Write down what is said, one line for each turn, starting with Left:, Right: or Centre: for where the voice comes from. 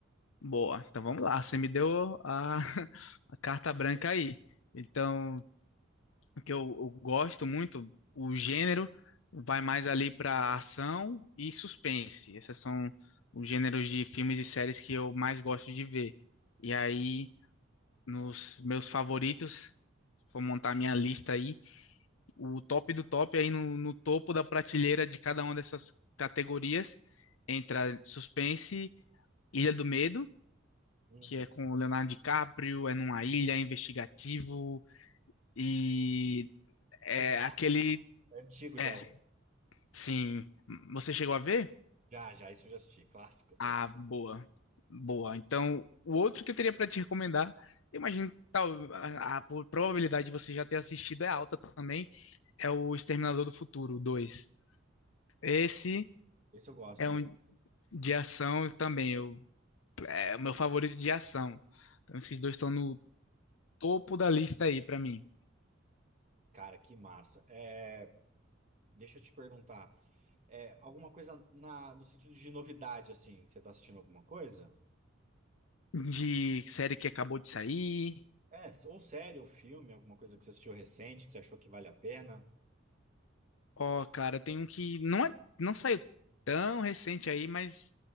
Left: Boa, então vamos lá. Você me deu a, <laughs> a carta branca aí. Então, o que eu, eu gosto muito, o gênero vai mais ali para ação e suspense. Esses são os gêneros de filmes e séries que eu mais gosto de ver. E aí, nos meus favoritos, se for montar minha lista aí. o top do top aí no, no topo da prateleira de cada uma dessas categorias entra Suspense, Ilha do Medo,
Right: Hum,
Left: que é com o Leonardo DiCaprio, é numa ilha, é investigativo e é
Right: isso é clássico,
Left: aquele,
Right: tá? É antigo
Left: é,
Right: já é.
Left: sim, você chegou a ver?
Right: Já, já, isso eu já assisti. Clássico. Tá?
Left: Ah, boa. Boa. Então, o outro que eu teria para te recomendar, eu imagino que tal, a, a probabilidade de você já ter assistido é alta também, é o Exterminador do Futuro dois Esse
Right: Esse eu gosto
Left: é
Right: também.
Left: um De ação também, eu, é o meu favorito de ação. Então, esses dois estão no topo da lista aí pra mim.
Right: Cara, que massa. É, deixa eu te perguntar. é, alguma coisa na, no sentido de novidade, assim? Você tá assistindo alguma coisa?
Left: De série que acabou de sair.
Right: É, ou série, ou filme, alguma coisa que você assistiu recente, que você achou que vale a pena?
Left: Ó, cara, tem um que não é, não saiu tão recente aí, mas